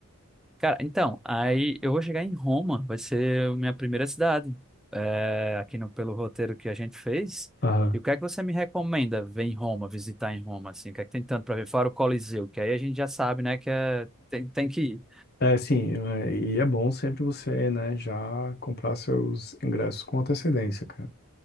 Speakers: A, in the centre; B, on the left.
A: Cara, então, aí eu vou chegar em Roma, vai ser a minha primeira cidade, é, aqui no, pelo roteiro que a gente fez.
B: Aham.
A: E o que é que você me recomenda ver em Roma, visitar em Roma, assim? O que é que tem tanto para ver? Fora o Coliseu, que aí a gente já sabe, né, que é, tem, tem que ir.
B: É, sim, é, e é bom sempre você, né, já comprar seus ingressos com antecedência, cara.